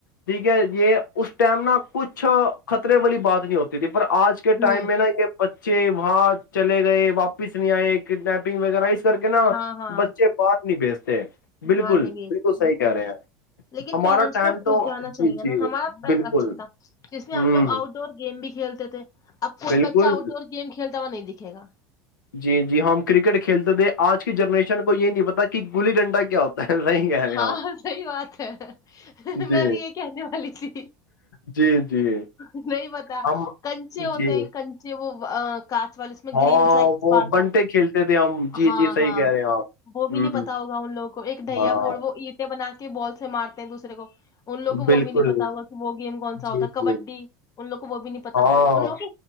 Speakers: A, on the left (about 85°); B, on the left (about 35°).
A: ٹھیک ہے یہ اس ٹم نا کچھ خطرے والی بات نہیں ہوتی تھی پر آج ک
B: ہوں
A: ٹائم میں نا یہ بچ چ وہاں چلے گئے واپس نہیں آئے کڈنیپنگ وغیرہ کر کے نا
B: ہاں ہاں
A: بچے بات نہیں بھیجتے بالکل
B: باہر نہیں بھیتے
A: صحیح
B: بالکل
A: کہہ رہے ہیں
B: لیکن
A: ہمارا
B: پیرنٹس
A: ٹائم
B: کو خود
A: تو
B: جانا چاہیے
A: جی جی
B: نا ہمارا
A: بالکل
B: اچھا تھا جس میں ہم
A: ہوں
B: لوگ آؤٹ ڈور گیم بھی کھیلتے تھے اب کوئی
A: بالکل
B: بچ آؤٹ ڈور گیم کھیل ا نہیں دکھے گا
A: جی جی ہم کرکٹ کھیلتے تھے آج کی جنریشن کو یہ نہیں پتا کہ گلی ڈنڈا کیا ہوتا ہے صحیح کہہ رہے
B: ہاں
A: ہیں آپ
B: صحی بات ہے
A: جی
B: میں بھی یہ کہنے والی تھی
A: جی جی
B: نہیں پتا
A: ہم
B: کنچے ہوتے
A: جی
B: ہیں کنچے وہ <unintelligible> کاچ وال اس میں
A: ہاں
B: گرین سا ایک اسپارکل
A: وہ بنٹے کھیلتے تھے ہم جی
B: ہاں
A: جی صحیح
B: ہاں
A: کہہ رہے ہیں آپ
B: وہ بھی
A: ہوں
B: نہیں پتا ہوگا ان لوگوں کو ایک ڈھیا
A: ہاں
B: ہو وہ عیدیں بنا کے بال سے مارتے ہیں دوسرے کو ان لوگ کو
A: بالکل
B: وہ بھی نہیں پتا ہوگا کہ وہ گیم کون سا
A: جی
B: ہوتا کبڈی
A: جی
B: ان لو کو وہ بھی نہیں پتا
A: ہاں
B: ان لو کی